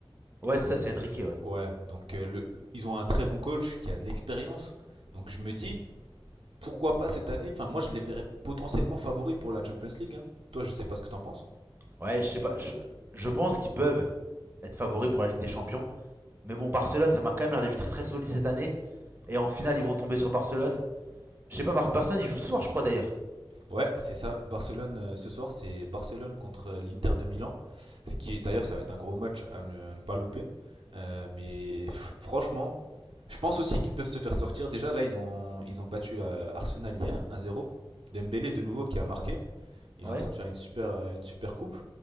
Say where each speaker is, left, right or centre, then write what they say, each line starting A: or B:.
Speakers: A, on the right; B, on the right.
A: Ouais, ça c'est Enrique, ouais.
B: Ouais, donc euh, le, ils ont un très bon coach qui a de l'expérience. Donc je me dis, pourquoi pas cette année Enfin, moi, je les verrais potentiellement favoris pour la Champions League. hein. Toi, je sais pas ce que t'en penses.
A: Ouais, je sais pas. Je, je pense qu'ils peuvent être favoris pour la Ligue des Champions. Mais bon, Barcelone, ça m'a quand même l'air d'être très très solide cette année. Et en finale, ils vont tomber sur Barcelone. Je sais pas, Mar- Barcelone, ils jouent ce soir, je crois d'ailleurs.
B: Ouais, c'est ça. Barcelone euh, ce soir, c'est Barcelone contre euh, l'Inter de Milan. Ce qui, d'ailleurs, ça va être un gros match à ne, à ne pas louper. Euh, mais f- franchement, je pense aussi qu'ils peuvent se faire sortir. Déjà, là, ils ont, ils ont battu euh, Arsenal hier, 1-0. Dembélé de nouveau qui a marqué. Il
A: Ouais.
B: est en train de faire une super, euh, une super coupe.